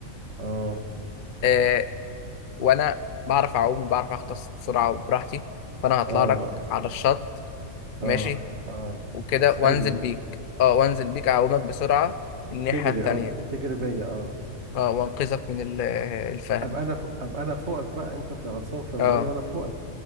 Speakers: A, on the right; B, on the left.
A: اه
B: آه وانا بعرف اعوم وبعرف اغطس بسرعه وبراحتي فانا هطلع
A: اه
B: لك على الشط ماشي
A: اه اه
B: وكده
A: هتساعدني
B: وانزل بيك اه وانزل بيك اعومك بسرعه الناحيه
A: تجري
B: التانيه
A: اه تجري بيا اه
B: اه وانقذك من ال- الفهد
A: ابقى انا فوق ابقى انا فوقك بقى انت في غطسان في الميه
B: اه
A: وانا فوقك